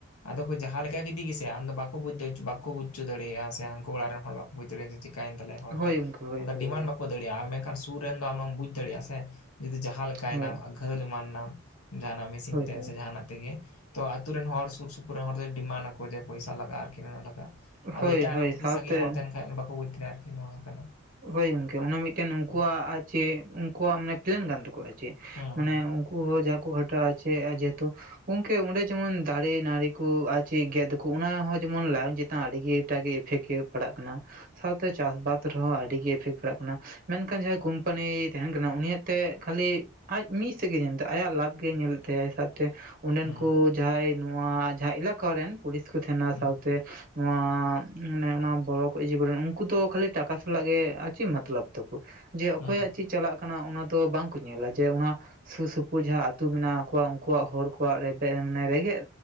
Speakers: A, on the left (about 85°); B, on the right (about 40°).
A: ᱟᱫᱚ ᱠᱚ ᱡᱟᱦᱟᱸ ᱞᱮᱠᱟ ᱜᱮᱫᱤᱜᱮᱥᱮ ᱟᱢᱫᱚ ᱵᱟᱠᱚ ᱵᱩᱫ ᱵᱟᱠᱚ ᱵᱩᱡᱪᱚ ᱫᱟᱲᱮᱭᱟᱜᱼᱟ ᱥᱮ ᱦᱟᱱᱠᱩ ᱚᱲᱟᱜ ᱨᱮᱱ ᱦᱚᱲ ᱵᱟᱠᱚ ᱵᱩᱡᱽ ᱫᱟᱲᱮᱭᱟᱜᱼᱟ ᱡᱮ ᱪᱮᱫᱠᱟ ᱚᱠᱟᱭ ᱮᱱ ᱛᱟᱞᱮᱭᱟ ᱦᱚᱲ
B: ᱦᱳᱭ
A: ᱴᱟᱜ,
B: ᱜᱚᱢᱠᱮ ᱦᱳᱭ
A: ᱟᱫᱚ
B: ᱦᱳᱭ
A: ᱰᱤᱢᱟᱱᱰ
B: ᱦᱳᱭ
A: ᱵᱟᱠᱚ ᱫᱟᱹᱲ ᱢᱮᱱᱠᱷᱟᱱ ᱥᱩᱨ ᱨᱮᱱ ᱫᱚ ᱟᱢᱮᱢ ᱵᱩᱡᱽ ᱫᱟᱲᱮᱭᱟᱜ-ᱟ ᱥᱮ ᱡᱩᱫᱤ ᱡᱟᱦᱟᱸ ᱞᱮᱠᱟᱭ
B: ᱦᱳᱭ
A: ᱱᱟᱢ ᱜᱷᱟᱹᱞ ᱮᱢᱟᱱ ᱱᱟᱢ ᱡᱟᱸᱦᱱᱟᱜ ᱢᱮᱥᱤᱱ
B: ᱦᱳᱭ
A: ᱛᱮ
B: ᱦᱳᱭ
A: ᱥᱮ ᱡᱟᱸᱦᱟᱱᱟᱜ ᱛᱮᱜᱮ ᱛᱚ ᱟᱛᱩ ᱨᱮᱱ ᱦᱚᱲ ᱥᱩᱨ ᱥᱩᱯᱩᱨ ᱨᱮᱱ ᱦᱚᱲ ᱫᱚᱭ ᱰᱤᱢᱟᱱ ᱟᱠᱚ ᱡᱮ ᱯᱚᱭᱥᱟ ᱞᱟᱜ-ᱟ ᱟᱨᱠᱤ ᱱᱩᱱᱟᱹᱜ ᱞᱟᱜᱟᱜ-ᱟ᱾
B: ᱦᱳᱭ
A: ᱟᱫᱚ ᱮᱴᱟᱜ
B: ᱦᱳᱭ
A: ᱟᱨᱮᱱ
B: ᱥᱟᱶᱛᱮ
A: ᱥᱟᱜᱤᱧ ᱨᱮ ᱦᱚᱲ ᱛᱟᱦᱮᱱ ᱠᱷᱟᱱ ᱵᱟᱠᱚ ᱵᱩᱡ ᱫᱟᱲᱮᱭᱟᱜ-ᱟ ᱟᱨᱠᱤ ᱱᱚᱣᱟ ᱠᱟᱱᱟ᱾
B: ᱦᱳᱭ ᱜᱚᱝᱠᱮ ᱚᱱᱟ ᱢᱤᱫᱴᱮᱱ ᱩᱱᱠᱩᱣᱟᱜ
A: ᱦᱩᱸ
B: ᱟᱨ ᱪᱮᱫ ᱩᱱᱠᱩᱣᱟᱜ ᱢᱟᱱᱮ ᱯᱞᱮᱱ ᱠᱟᱱ ᱛᱟᱠᱚᱣᱟ ᱟᱨ ᱪᱮᱫ,
A: ᱦᱩᱸ
B: ᱢᱟᱱᱮᱼᱼ ᱠᱩ ᱡᱟᱸᱠᱩ ᱜᱷᱴᱟᱣ ᱦᱚᱪᱚᱭᱮᱫᱼᱟ ᱡᱮᱦᱮᱛᱩ ᱜᱚᱝᱠᱮ ᱚᱸᱰᱮ ᱡᱮᱢᱚᱱ ᱫᱟᱨᱮ ᱱᱟᱹᱲᱤ ᱠᱚ ᱟᱨ ᱪᱮᱫ ᱜᱮᱫ ᱠᱚ ᱚᱱᱟᱦᱚᱸ ᱡᱮᱢᱚᱱ ᱞᱟᱭᱚᱝ ᱪᱮᱛᱟᱱ ᱟᱹᱰᱤ ᱜᱮ ᱮᱴᱟᱜ ᱜᱮ ᱤᱯᱷᱮᱠᱴ ᱜᱮ ᱯᱟᱲᱟᱜ ᱠᱟᱱᱟ ᱥᱟᱶᱛᱮ ᱪᱟᱥ ᱵᱟᱫ ᱨᱮᱦᱚᱸ ᱟᱹᱰᱤ ᱜᱮ ᱤᱯᱷᱮᱠᱴ ᱯᱟᱲᱟᱜ ᱠᱟᱱᱟ। ᱢᱮᱱᱠᱷᱟᱱ ᱡᱟᱦᱟᱸᱭ ᱠᱳᱢᱯᱟᱱᱤ ᱛᱟᱦᱮᱱ ᱠᱟᱱᱟ ᱩᱱᱤᱭᱟᱜ ᱛᱮ ᱠᱷᱟᱹᱞᱤ ᱟᱡ ᱢᱤᱫ ᱥᱮᱫ ᱜᱮᱭ ᱧᱮᱞ ᱫᱟ, ᱟᱭᱟᱜ ᱞᱟᱵᱷ ᱜᱮ ᱧᱮᱞᱮᱫ ᱛᱟᱭᱟ ᱥᱟᱶᱛᱮ ᱚᱸᱰᱮᱱ
A: ᱦᱩᱸ
B: ᱠᱚ ᱡᱟᱦᱟᱸᱭ ᱱᱚᱣᱟ ᱡᱟᱦᱟᱸ ᱮᱞᱟᱠᱟ ᱨᱮᱱ ᱯᱩᱞᱤᱥ ᱠᱚ ᱛᱟᱦᱮᱱᱟ
A: ᱦᱩᱸ
B: ᱥᱟᱶᱛᱮ ᱱᱚᱣᱟ ᱢᱟᱱᱮ ᱚᱱᱟ ᱵᱚᱲᱚ ᱤᱭᱟᱹ ᱠᱚᱨᱮ ᱱᱟᱜ ᱩᱱᱠᱩ ᱫᱚ ᱠᱷᱟᱹᱞᱤᱼᱼ ᱴᱟᱠᱟ ᱥᱟᱞᱟᱜ ᱜᱮ ᱟᱨ ᱪᱮᱫ ᱢᱚᱛᱞᱚᱵ ᱛᱟᱠᱚ ᱡᱮ ᱚᱠᱚᱭᱟᱜ
A: ᱦᱩᱸ
B: ᱪᱮᱫ ᱪᱟᱞᱟᱜ ᱠᱟᱱᱟ ᱚᱱᱟ ᱫᱚ ᱵᱟᱝ ᱠᱚ ᱧᱮᱞᱟ ᱡᱮ ᱚᱱᱟᱼᱼ ᱥᱩᱨ ᱥᱩᱯᱩᱨ ᱡᱟᱦᱟᱸ ᱟᱹᱛᱩ ᱢᱮᱱᱟᱜ ᱠᱚᱣᱟ ᱩᱱᱠᱩᱣᱟᱜ ᱦᱚᱲ ᱠᱚᱣᱟᱜ ᱨᱮᱵᱮᱱ ᱨᱮᱸᱜᱮᱡ